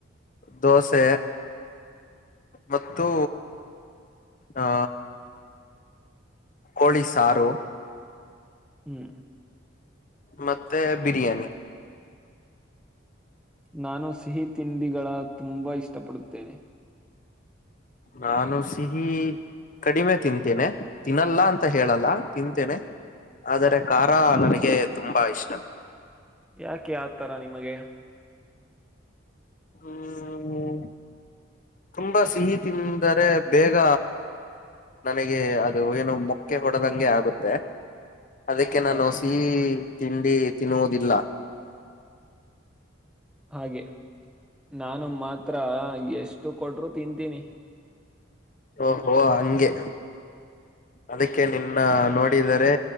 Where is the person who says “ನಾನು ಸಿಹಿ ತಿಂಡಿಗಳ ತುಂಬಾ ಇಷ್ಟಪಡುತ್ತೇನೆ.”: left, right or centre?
Centre